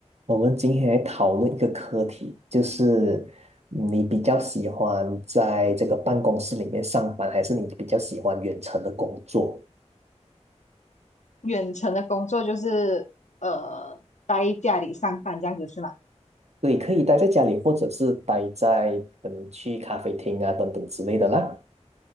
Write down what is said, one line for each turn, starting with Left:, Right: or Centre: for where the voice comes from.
Right: 我们今天来讨论一个课题，就是你比较喜欢在这个办公室里面上班，还是你比较喜欢远程的工作？
Left: 远程的工作就是呃待家里上班这样子是吗？
Right: 对，可以待在家里，或者是待在可能去咖啡厅啊等等之类的啦。